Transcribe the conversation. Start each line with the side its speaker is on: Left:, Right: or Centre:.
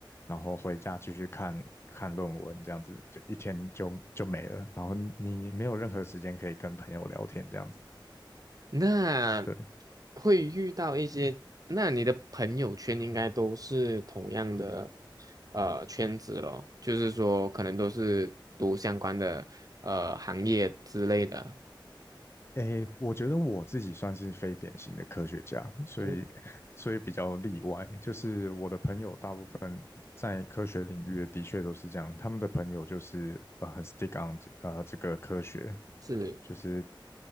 Left: 然后回家继续看看论文，这样子就一天就就没了，然后你没有任何时间可以跟朋友聊天，这样子。
Right: 那
Left: 对。
Right: 会遇到一些，那你的朋友圈应该都是同样的呃圈子咯，就是说可能都是读相关的呃行业之类的。
Left: 诶，我觉得我自己算是非典型的科学家，所以
Right: 嗯
Left: <laughs> 所以比较例外。就是我的朋友大部分在科学领域的确都是这样，他们的朋友就是呃很 stick on 这呃这个科学，
Right: 是
Left: 就是